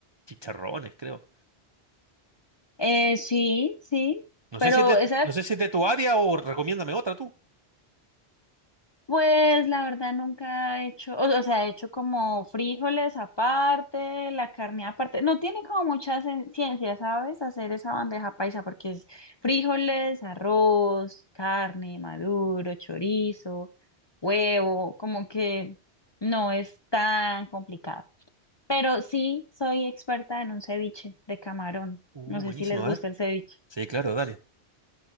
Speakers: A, on the right (about 40°); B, on the left (about 35°).
A: chicharrones, creo.
B: Eh, sí, sí,
A: No
B: pero
A: sé si es de,
B: esa
A: no sé si es de tu área o recomiéndame otra tú.
B: Pues la verdad nunca he hecho, o, o sea, he hecho como frijoles aparte, la carne aparte. No tiene como mucha cien- ciencia, ¿sabes? Hacer esa bandeja paisa porque es frijoles, arroz, carne, maduro, chorizo, huevo, como que no es tan complicado. Pero sí soy experta en un ceviche de camarón.
A: Uh,
B: No sé
A: buenísimo,
B: si les gusta
A: a ver.
B: el ceviche.
A: Sí, claro, dale.